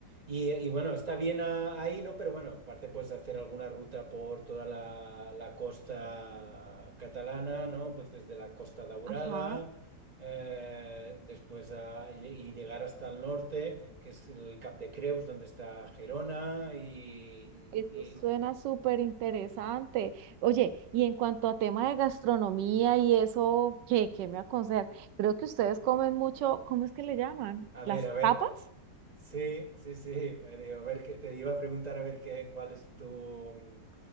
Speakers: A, on the right (about 25°); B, on the right (about 80°).
A: Y, y bueno, está bien a- ahí, ¿no? Pero bueno, aparte puedes hacer alguna ruta por toda la, la costa catalana, ¿no? Pues desde la Costa Daurada
B: Ajá.
A: eh, después a- y y llegar hasta el norte, que es el Cap de Creus, donde está Gerona, y,
B: Eso
A: y
B: suena
A: ju-
B: súper interesante. Oye, y en cuanto a tema de gastronomía y eso, ¿qué, qué me aconsejas? Creo que ustedes comen mucho, ¿cómo es que le llaman?
A: a
B: ¿Las
A: ver, a ver.
B: tapas?
A: Sí, sí, sí. eh, digo, a ver, que te iba a preguntar a ver qué, cuál es tu, mm,